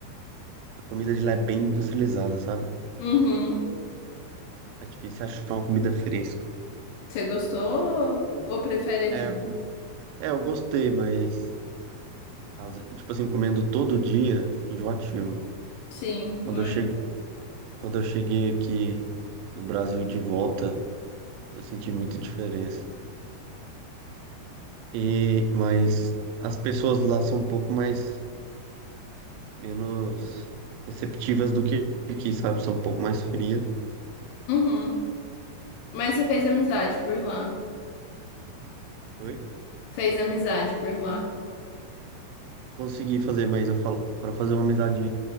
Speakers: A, on the right; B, on the left.
A: a comida de lá é bem industrializada, sabe?
B: Uhum.
A: É difícil achar uma comida fresca.
B: Você gostou ou ou prefere aqui?
A: É, é, eu gostei, mas, as- tipo assim, comendo todo dia, fica enjoativo.
B: Sim.
A: Quando
B: Mas,
A: eu cheguei, quando eu cheguei aqui no Brasil de volta, eu senti muita diferença. E, mas as pessoas lá são um pouco mais, menos receptivas do que aqui, sabe? São um pouco mais frias.
B: uhum. Mas você fez amizade por lá.
A: Oi?
B: Fez amizade por lá.
A: Consegui fazer, mas eu falo, para fazer uma amizade